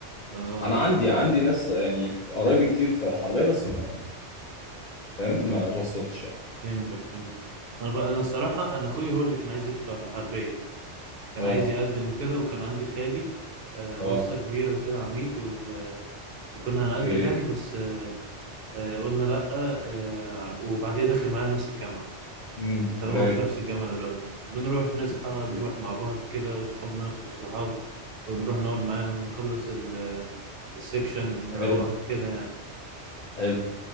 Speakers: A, on the right; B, on the left.
A: اه
B: انا عندي عندي ناس يعني قرايبي كتير في حربيه بس ما فاهم ما
A: اه
B: توسطتش يعني
A: فهمتك فهمتك انا بقى انا الصراحة انا اخوي هو اللي كان عايز يدخل على الحربية كان
B: اه
A: عايز يقدم وكده وكان عندي خالي آه
B: اه
A: واسطة كبيرة وكده عميد و... آه، وكنا هنقدم
B: اوكي
A: يعني بس آه، قلنا لأ آه، وبعديها داخل معايا نفس الجامعة
B: امم
A: كان
B: رايق
A: هو في نفس الجامعة دلوقتي بنروح نصحى
B: اوكي
A: نروح مع بعض كده وصحابنا نفس الصحاب ونروح نقعد معاهم نخلص ال- السكشن نروح
B: حلو
A: كده يعني
B: حلو